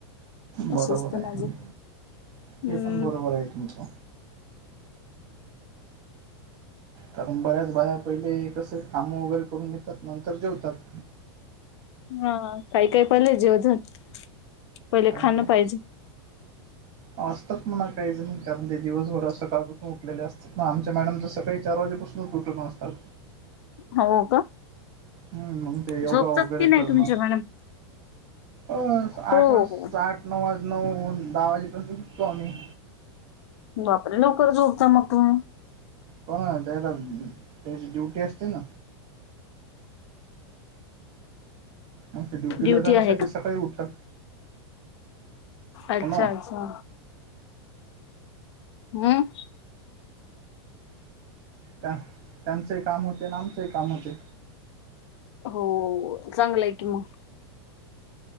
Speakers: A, on the right; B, on the left.
A: बरोबर
B: असं असतं
A: आहे
B: माझं हम्म
A: हे पण बरोबर आहे तुमचं कारण बऱ्याच बाया पहिले कस काम वगैरे करून घेतात नंतर जेवतात
B: हा काही पहिले, जेवतात पहिले
A: काही
B: खाणं
A: काय
B: पाहिजे
A: असतात म्हणा काहीच नाही कारण ते दिवसभरात सकाळचून उठलेले असत ना आमच्या मॅडम तरर सकाळी चार वाजेपासूनच उठून असतात
B: हो का
A: हम्म मग ते योगा
B: झोपतात
A: वगैरे
B: की नाही
A: करणं
B: तुमच्या मॅडम
A: अ
B: हो
A: आठ वाज साठ
B: हो
A: नऊ वाज नऊ दहा वाजेपर्यंत सुटतो आम्ही
B: बापरे लवकर झोपता मग तुम्ही
A: पण त्याला त्याची ड्युटी असते ना मग ते ड्युटीला
B: ड्युटी
A: जाण्यासाठी
B: आहे का
A: सकाळी उठतात
B: अच्छा
A: हो ना
B: अच्छा हम्म
A: त्यांचेंही काम होते आणि आमचेंही काम होते
B: हो चांगलं आहे की मग